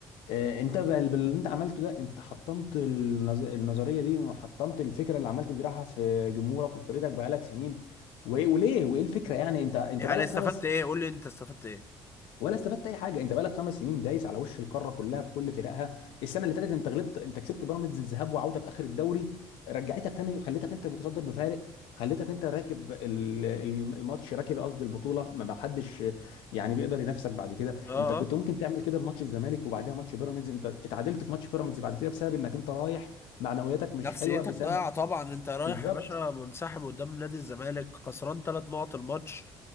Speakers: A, on the left (about 85°); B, on the left (about 30°).
A: آه، انت بال- باللي انت عملته ده انت حطمت النظ- النظريه دي وحطمت الفكره اللي عمال تزرعها في جمهورك وفريقك بقالك سنين و- وليه وايه الفكره يعني انت انت
B: يعني
A: بقالك
B: استفدت
A: خمس
B: ايه قول لي انت استفدت ايه
A: ولا استفدت اي حاجه انت بقالك خمس سنين دايس على وش القاره كلها بكل فرقها السنه اللي فاتت انت غلبت انت كسبت بيراميدز الذهاب وعوده في اخر الدوري رجعتك تاني خليتك انت المتصدر بفارق خليتك انت راكب ال- ال- الماتش راكب قصدي البطوله ما حدش يعني بيقدر ينافسك بعد كده
B: اه
A: انت كنت
B: اه
A: ممكن تعمل كده في ماتش الزمالك وبعدها ماتش بيراميدز انت اتعادلت في ماتش بيراميدز بعد كده بسبب انك انت رايح معنوياتك مش
B: نفسيتك
A: حلوه بسبب
B: ضايعه طبعا انت رايح
A: بالظبط
B: يا باشا منسحب قدام نادي الزمالك خسران ثلاث نقط الماتش